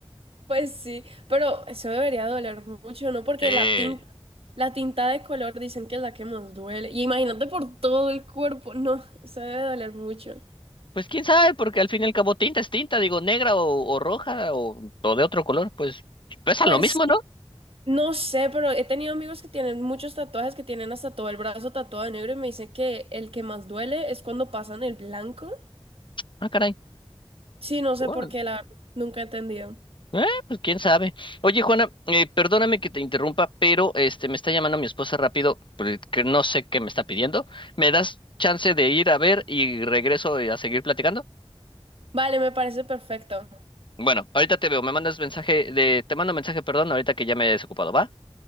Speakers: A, on the right; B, on the left.
A: Pues sí, pero eso debería doler mucho, ¿no? Porque
B: Sí.
A: la tinta La tinta de color dicen que es la que más duele. Y imagínate por todo el cuerpo. No, eso debe doler mucho.
B: Pues quién sabe, porque al fin y al cabo tinta es tinta, digo, negra o, o roja o, o de otro color, pues pesan
A: Pues
B: lo mismo,
A: sí,
B: ¿no?
A: no sé, pero he tenido amigos que tienen muchos tatuajes, que tienen hasta todo el brazo tatuado de negro y me dicen que el que más duele es cuando pasan el blanco.
B: Ah, caray.
A: Sí, no sé
B: Órale.
A: por qué, la verdad, nunca he entendido.
B: Eh, pues quién sabe. Oye, Juana, eh, perdóname que te interrumpa, pero este me está llamando mi esposa rápido, porque no sé qué me está pidiendo. ¿Me das chance de ir a ver y regreso eh, a seguir platicando?
A: Vale, me parece perfecto.
B: Bueno, ahorita te veo, me mandas mensaje de, te mando mensaje, perdón, ahorita que ya me he desocupado, ¿va?